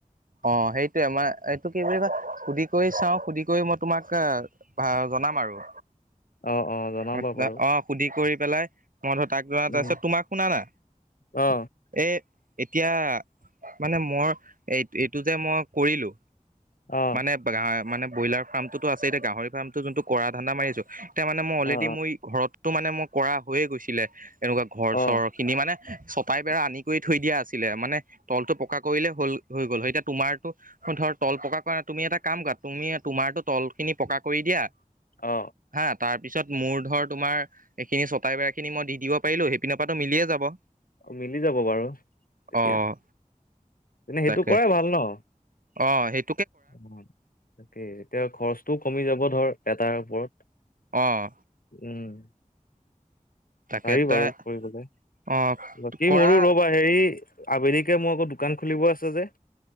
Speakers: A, on the right; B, on the left.
A: অ সেইটোয়ে আমাৰ এইটো কি বুলি কয় সুধি কৰি চাওঁ, সুধি কৰি মই তোমাক আ ভা জনাম আৰু।
B: অ অ জনাবা
A: পাত্তা
B: বাৰু
A: অ সুধি কৰি পেলাই মই ধৰ তাক জ
B: উম
A: আছে তোমাক শুনা না?
B: অ
A: এ এতিয়া মানে মৰ এইটো যে মই কৰিলো
B: অ
A: মানে বা গা মানে ব্ৰইলাৰ ফাৰ্মটোতো আছে এতিয়া গাহৰি ফাৰ্মো যোনটো কৰা ধানদা মাৰিছো তেয়া মানে মই অলৰেডি
B: অ
A: মই ঘৰতটো মানে মোৰ কৰা হৈয়ে গৈছিলে এনেকুৱা ঘৰ -
B: অ
A: চৰখিনি মানে চব পাই বেৰা আনি কৰি থৈ দিয়া আছিলে মানে তলটো পকা কৰিলে হল হৈ গ'ল হয় এতিয়া তোমাৰতো অ ধৰ তল পকা কৰা, তুমি এটা কাম কৰা তুমি তোমাৰো তলখিনি পকা কৰি দিয়া
B: অ।
A: হা, তাৰ পিছত মোৰ ধৰ তোমাৰ এইখিনি চটাই বেৰাখিনি মই দি দিব পাৰিলো সেইপিনৰ পাতো মিলিয়ে যাব।
B: অ মিলি যাব বাৰু এতিয়া
A: অ'
B: এনে সেইটো
A: তাকে
B: কৰাই ভাল ন?
A: অ সেই
B: অ তাকেই, এতিয়া খৰচটো কমি যাব ধৰ এটাৰ ওপৰত।
A: অঁহ।
B: উম।
A: তাকে
B: পাৰি
A: তাই
B: বাৰু কৰিবলৈ,
A: অ'
B: বাকী
A: কৰা
B: মোৰো ৰ'বা হেৰি আবেলিকে মই আকৌ দোকান খুলিব আছে যে?